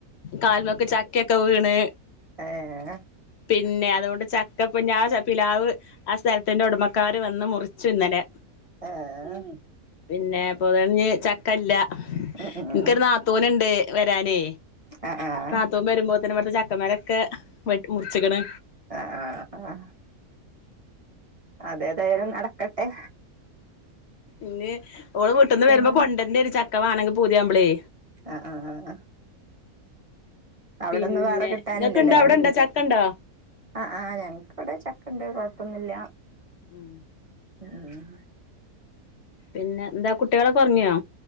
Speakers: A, on the left; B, on the right.
A: കാൽമക്ക് ചക്കയൊക്കെ വീണ്
B: ഏഹ്
A: പിന്നെ അതുകൊണ്ട് ചക്കപ്പഞ്ഞതോണ് ആ പിലാവ് ആഹ് സ്ഥലത്തിന്റെ ഉടമക്കാര് വന്ന് മുറിച്ചു ഇന്നലെ
B: ഏഹ്
A: പിന്നെ പൊതഴഞ്ഞ് ചക്കല്ല
B: ഉം
A: എനിക്കൊനു
B: ഉം
A: രു നാത്തൂന ഇണ്ട് വരാനെ
B: ആഹ് ആഹ്
A: തും വരുമ്പോതെന് മറ്റേ ചക്കമര ഒക്കെ വെടി മുറിച്ചിക്കണ്
B: ആഹ് ആഹ് ആഹ് അതെതായാലും നടക്കട്ടെ
A: ഇനി ഓള് വീട്ടന്ന്
B: പിന്നെന്താ
A: വരുമ്പോ കൊണ്ടണ്ട ഒരു ചക്ക വണെങ്കി പൂതിയാമ്പളേ
B: ആഹ് ആഹ് ആഹ് അവിടൊന്നും
A: പിന്നെ
B: വേറെ കിട്ടാനില്ലല്ലേ
A: ഇങ്ങക്ക്ണ്ടോ അവിടെണ്ടോ ചക്കണ്ടോ
B: ആഹ് ആഹ് ഞങ്ങക്ക് ഇവിടെ ചക്കണ്ട് കൊഴപ്പൊന്നില്ല
A: ഉം
B: ഉം ഉം ഉം
A: പിന്നെ എന്താ കുട്ടികളെ ഒക്കെ ഒറങ്ങിയൊ